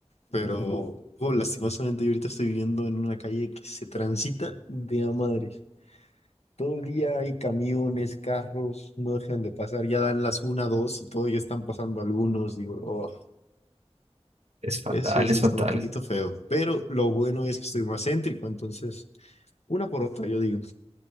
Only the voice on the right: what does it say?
Es fatal,
es
fatal.